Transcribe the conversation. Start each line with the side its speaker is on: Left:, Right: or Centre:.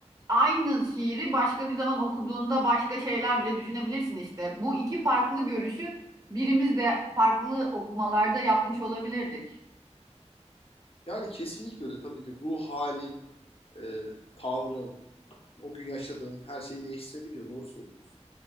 Right: aynı şiiri başka bir zaman okuduğunda başka şeyler bile düşünebilirsin işte. Bu iki farklı görüşü birimiz de farklı okumalarda yapmış olabilirdik.
Left: Yani kesinlikle öyle. Tabii ki ruh halin, e, tavrın, o gün yaşadığın her şeyi değiştirebiliyor. Doğru söylüyorsun.